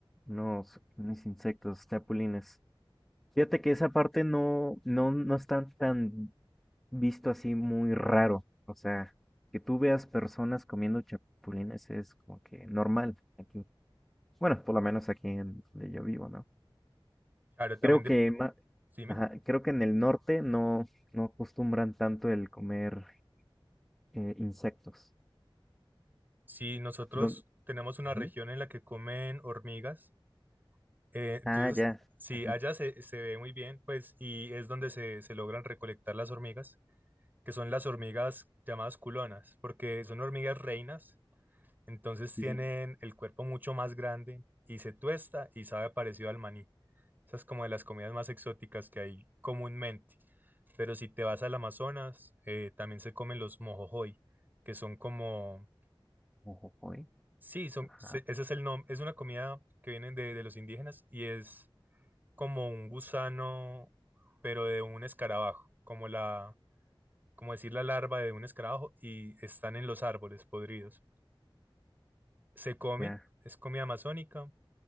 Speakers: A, in the centre; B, on the right.
A: Unos, unos insectos, chapulines. Fíjate que esa parte no, no, no está tan visto así muy raro. O sea, que tú veas personas comiendo chapulines es como que normal aquí. Bueno, por lo menos aquí en donde yo vivo, ¿no?
B: Ahora también
A: Creo
B: de-
A: que ma-
B: dime,
A: ajá, creo que en el norte no, no acostumbran tanto el comer eh, insectos.
B: si nosotros
A: Don-
B: tenemos una
A: Ujú.
B: región en la que comen hormigas, eh, entonces,
A: Ah, ya.
B: sí,
A: Ajá.
B: allá se, se ve muy bien, pues, y es donde se, se logran recolectar las hormigas, que son las hormigas llamadas culonas, porque son hormigas reinas, entonces
A: Sí,
B: tienen
A: sí.
B: el cuerpo mucho más grande y se tuesta y sabe parecido al maní. Esa es como de las comidas más exóticas que hay comúnmente. Pero si te vas al Amazonas, eh, también se comen los mojojoy, que son como
A: Mojojoy.
B: Sí, son,
A: Ajá.
B: se- ese es el nombre, es una comida que viene de, de los indígenas y es como un gusano, pero de un escarabajo, como la, como decir la larva de un escarabajo y están en los árboles podridos. Se come,
A: Ya.
B: es comida amazónica